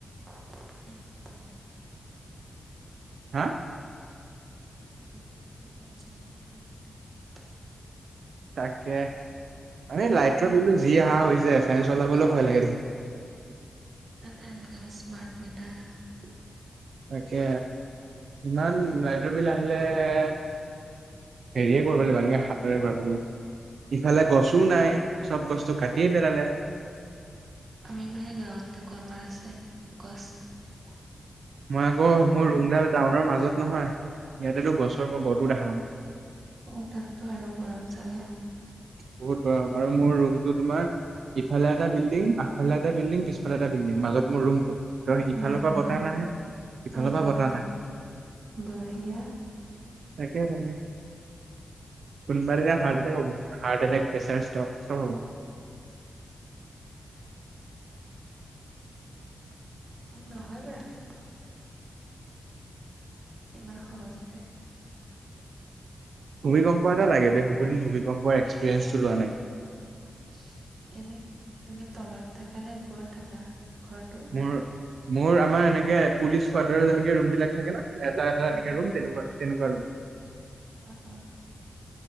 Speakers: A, on the right (about 50°); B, on the right (about 70°).
A: উ <unintelligible>
B: হা
A: আগ দু দিনক চঞ্চাল কৰি থ <unintelligible>
B: তাকে আৰে লাইটৰ বিল যি অহা হৈছে ফেন চলাবলৈ ভয় লাগে দেখোন।
A: ততে এিক স্মাৰ্ট মিটাৰ
B: তাকে ইমান লাইনৰ বিল আহিলে। হেৰিয়ে কৰিব লাগিব এনেকে হাতৰে কৰিব লাগিব। ইফালে গছো নাই চব গছটো কাটিয়ে পেলালে
A: আমি মানে গাঁৱত থাকোঁ আমাৰ আছে গছ
B: মই আকৌ মোৰ ৰুমডাল টাউনৰ মাজত নহয় ইিহতেতো গছৰ মই গডটো দেখা নো
A: অ তাততো আৰু গৰম চাগে
B: বহুত গৰম আৰু মোৰ ৰুমটো তোমাৰ। ইফালে এটা বিল্ডিং আগফালে এটা বিল্ডিং পিছালে এটা বিল্ডিং মাজত মোৰ ৰুমটো তই ইফালৰ
A: বঢ়িয়া
B: পৰা বতাহ নাহে ইফালৰ
A: বঢ়িয়া
B: পৰা বতাহ নাহে
A: বঢ়িয়া।
B: তাকে তাকে কোনোবা এদিনা হাৰ্ট‌এটেক হব। হাৰ্ট এটেক প্ৰেছাৰ ষ্টক চব হ'ব।
A: নহয় বাৰু ইমান সহজতে
B: ভূমিকম্প এটা লাগে বে বহুত দিন ভূমিকম্পৰ এক্সপিৰিয়েঞ্চটো লোৱা নাই।
A: <unintelligible> এনে তুমি তলত থাক নে ওপৰত থাকা ঘৰটোৰ
B: মোৰ মোৰ আমাৰ এনেকে পুলিচ কোৱাৰ্টাৰ যেনেকে ৰুম বিলাক থাকে ন এটা এটা এনেক
A: অ',
B: ৰুম তেনেকুৱা তেনেকুৱা ৰোম।
A: অ অ